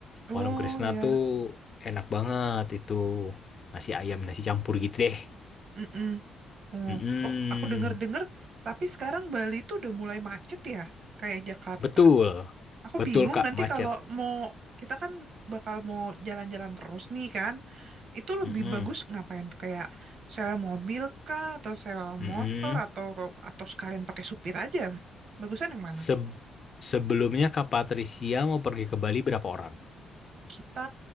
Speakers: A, on the right; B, on the left.
A: Oh
B: Warung Krisna
A: ya.
B: tuh Enak banget itu nasi ayam nasi campur gitu deh.
A: Mm-mm. Oh,
B: Mm-mm.
A: oh, aku denger-denger, tapi sekarang Bali itu udah mulai macet ya, kayak Jakarta.
B: Betul,
A: Aku
B: betul
A: bingung
B: Kak
A: nanti
B: macet.
A: kalau mau, kita kan bakal mau jalan-jalan terus nih kan, itu lebih
B: Mm-mm.
A: bagus ngapain tuh kayak sewa mobil kah, atau sewa
B: Mm-mm.
A: motor, atau atau sekalian pakai supir aja. Bagusan yang mana?
B: Se- sebelumnya Kak Patricia mau pergi ke Bali berapa orang?
A: Kita